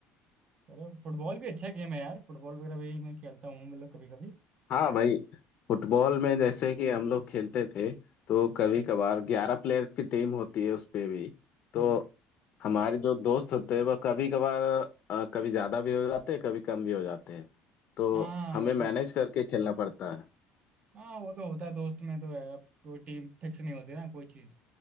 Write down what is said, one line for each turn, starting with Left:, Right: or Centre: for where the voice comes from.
Right: चलो फुटबॉल भी अच्छा गेम है यार फुटबॉल वगैरह भी मैं खेलता हूँ मतलब कभी कभी
Left: हाँ भाई फुटबॉल में जैसे कि हम लोग खेलते थे तो कभी कभार ग्यारह प्लेयर्स की टीम होती है उस पे भी तो
Right: हम्म
Left: हमारे जो दोस्त होते हैं वह कभी कभार अ, कभी ज्यादा भी हो जाते हैं कभी कम भी हो जाते हैं तो
Right: हाँ
Left: हमें
Right: वो
Left: मैनेज
Right: तो
Left: करके खेलना पड़ता है
Right: हाँ वो तो होता है दोस्त में तो है अब कोई टीम फिक्स नहीं होती ना कोई चीज